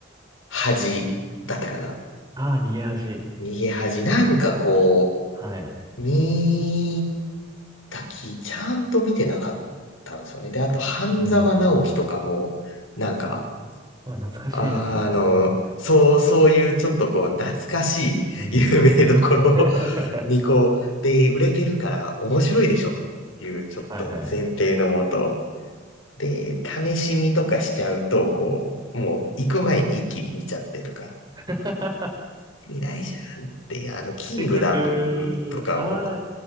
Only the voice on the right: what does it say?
ああ、逃げ恥。
はい。
うんうんうん。
まあ、懐かしいですね。
うん。<laughs>
は
いはい。
<laughs>
せっかく、ああ、